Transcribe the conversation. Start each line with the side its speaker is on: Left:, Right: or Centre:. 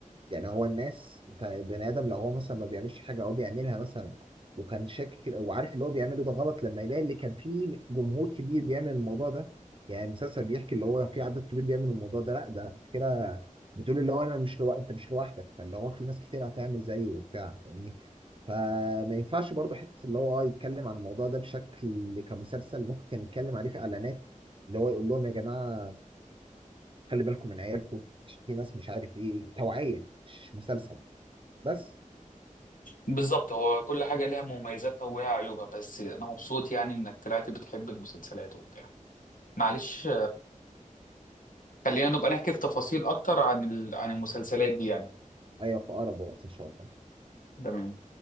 Right: يعني هو الناس ف- بني ادم لو هو مثلا ما بيعملش حاجه او بيعملها مثلا وكان شاكك وعارف اللي هو بيعمله ده غلط لما يلاقي اللي كان فيه جمهور كبير بيعمل الموضوع ده يعني المسلسل بيحكي اللي هو في عدد كبير بيعمل الموضوع ده لا ده انت كده بتقول اللي هو انا مش لو... انت مش لوحدك فاللي هو في ناس كتير هتعمل زيه وبتاع فاهمني فما ينفعش برضه حته اللي هو يتكلم عن الموضوع ده بشكل كمسلسل ممكن كان يتكلم عليه في اعلانات اللي هو يقول لهم يا جماعه خلي بالكم من عيالكم عشان في ناس مش عارف ايه توعيه مش مسلسل بس
Left: بالظبط هو كل حاجة ليها مميزاتها وليها عيوبها بس انا مبسوط يعني انك طلعت بتحب المسلسلات وبتاع معلش خلينا نبقى نحكي في تفاصيل اكتر عن ال... عن المسلسلات دي يعني
Right: ايوه في اقرب وقت ان شاء الله
Left: تمام